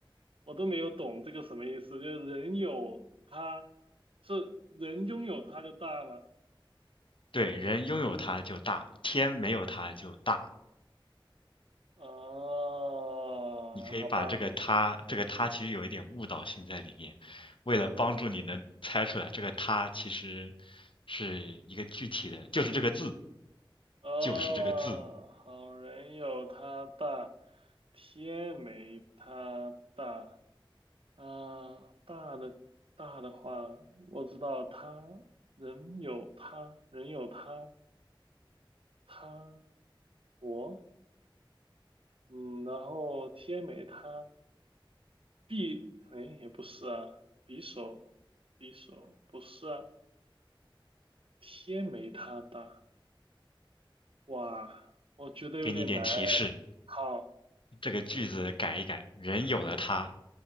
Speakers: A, on the right; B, on the left.
A: 我都没有懂这个什么意思。就是人有他，是人拥有他就大吗？
B: 对，人拥有它就大，天没有它就大。
A: 哦，
B: 你可以把这个它，
A: 好吧，
B: 这个它其实有一点误导性在里面。为了帮助你能猜出来，这个它其实是一个具体的，就是这个字，
A: 哦，
B: 就是这个字，
A: 好人有他大，天没他大。啊，大的大的话，我知道他人有他，人有他，他我。嗯，然后天没它匕，哎，也不是啊，匕首，匕首不是啊，天没它大，哇，我觉得有点难哎。
B: 给你点提示。
A: 好，
B: 这个句子改一改，人有了它